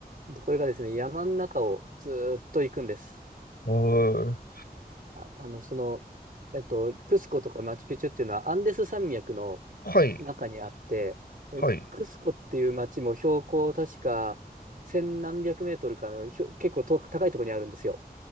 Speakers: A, on the right (about 55°); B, on the left (about 70°).
A: でこれがですね、山の中をずーっと行くんです。
B: おー、
A: あ、あの、その、えっと、クスコとかマチュピチュっていうのはアンデス山脈の
B: はい、
A: 中にあって、えクスコっていう町も標高確か千何百メートルかの、
B: はい、
A: ひょ結構と高いところにあるんですよ。